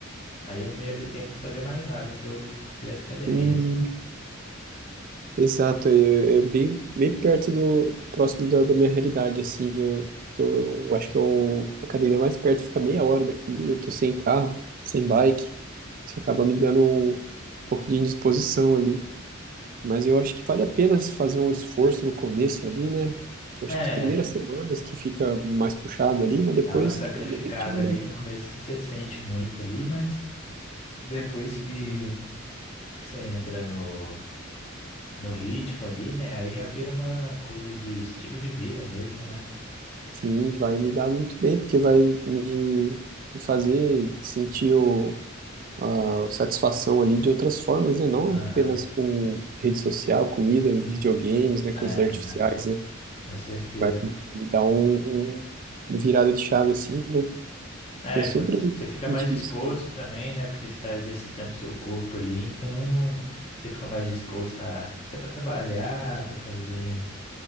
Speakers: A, on the left; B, on the right.
A: aí eu não ia ter tempo para fazer mais nada se eu fizesse academias.
B: Hum, exato, é, é bem, bem perto do, próximo da, da minha realidade, assim, eu tô, eu acho que eu, a academia mais perto fica meia hora daqui, eu tô sem carro, sem bike, isso acaba me dando um, um pouco de indisposição ali, mas eu acho que vale a pena fazer um esforço no começo ali, né? Que eu acho
A: É,
B: que as primeiras semanas que fica mais puxado ali, mas depois
A: dá uma sacrificada
B: que pega o ritmo,
A: ali
B: né?
A: no começo, você sente muito ali, mas Depois que, que você entra no, no ritmo ali, né? Aí já vira uma coisa de estilo de vida mesmo, né?
B: Sim, vai me dar muito bem, porque vai me me fazer sentir o a satisfação ali de outras formas, né? Não
A: Aham.
B: apenas com rede social, comida, videogames, né?
A: É,
B: Coisas artificiais,
A: né?
B: né?
A: com certeza.
B: Vai me dar um, um, uma virada de chave assim, né?
A: É,
B: Que eu sempre
A: quando c- você fica
B: senti
A: mais disposto
B: isso. né?
A: também, né? Porque você está exercitando seu corpo ali, então você fica mais disposto a, até para trabalhar, para fazer,